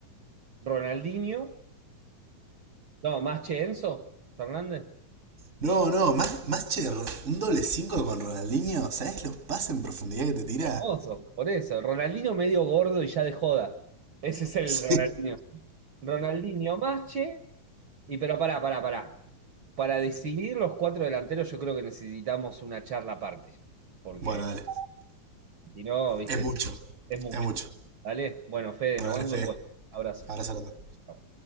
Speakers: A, on the right; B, on the right.
A: Ronaldinho, no, Masche, Enzo Fernández.
B: No, no, más, más che, un doble 5 con Ronaldinho. ¿Sabes los pases en profundidad que te tira?
A: Hermoso,
B: <laughs>
A: por eso. Ronaldinho medio gordo y ya de joda. Ese es el
B: Sí.
A: Ronaldinho. Ronaldinho, Masche y pero pará, pará, pará. Para decidir los cuatro delanteros yo creo que necesitamos una charla aparte, porque
B: Bueno, dale.
A: si no, viste,
B: Es mucho.
A: es mucho.
B: Es mucho.
A: dale Bueno, Fede,
B: Bueno,
A: nos
B: dale,
A: vemos
B: Fede.
A: después. Abrazo.
B: Abrazo grande.
A: Chau.